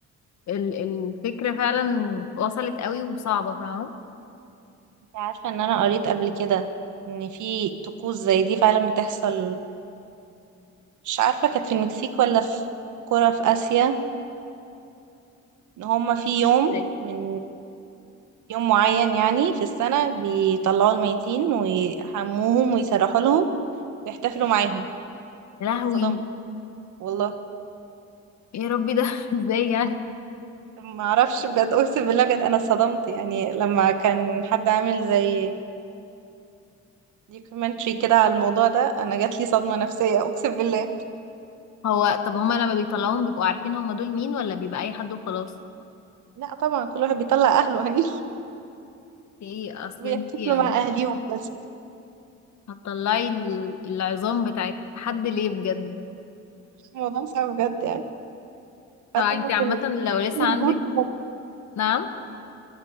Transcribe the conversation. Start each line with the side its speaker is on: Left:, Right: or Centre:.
Left: ال- الفكرة فعلا وصلت قوي وصعبة فاهمة
Right: انت عارفة ان انا قريت قبل كده ان في طقوس زي دي فعلا بتحصل مش عارفة كانت في المكسيك ولا في قرى في آسيا ان هما في يوم
Left: ازاي
Right: من يوم معين يعني في السنة بيطلعوا الميتين ويحموهم ويسرحوا لهم ويحتفلوا معاهم
Left: يا لهوي
Right: صدمت والله
Left: ايه يا ربي ده <laughs> ازاي يعني
Right: ما اعرفش بجد اقسم بالله بجد انا صدمت يعني لما كان حد عامل زي دوكيومنتري كده على الموضوع ده انا جات لي صدمة نفسية اقسم بالله
Left: هو طب هما لما بيطلعوهم بيبقوا عارفين هما دول مين ولا بيبقى اي حد وخلاص
Right: لا طبعا كل واحد بيطلع اهله هني
Left: ايه اصل
Right: بيحتفلوا
Left: انت يعني
Right: مع أهليهم بس
Left: هتطلعي ال- العظام بتاعت حد ليه بجد
Right: الموضوع صعب بجد يعني
Left: طب
Right: فكانت
Left: انت عامة
Right: ال-
Left: لو لسه
Right: موجودة
Left: عندك
Right: بجد.
Left: نعم